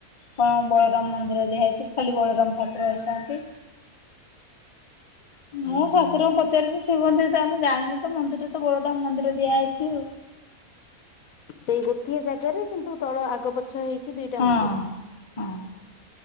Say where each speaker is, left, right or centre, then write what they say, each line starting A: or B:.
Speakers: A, on the left (about 25°); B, on the left (about 75°).
A: କଣ ବଳରାମ ମନ୍ଦିର ଦିଆହେଇଛି ଖାଲି ବଳରାମ ଠାକୁର ଥାନ୍ତି। ମୁଁ
B: ଉଁ
A: ଶାଶୁରଙ୍କୁ
B: ହୁଁ।
A: ପଚାରିଛି ଶି କୁହନ୍ତି ତ ଆମେ ଜଣିନି ତ ମନ୍ଦିରେ ତ ବଳରାମ ମନ୍ଦିର ଦିଆ ହେଇଛି ଆଉ।
B: ସେଇ ଗୋଟିଏ ଜାଗାରେ କିନ୍ତୁ ତଳ ଆଗ ପ ପଛ ହେଇକି ଦିଟା
A: ହଁ
B: ମନ୍ଦିର।
A: ହଁ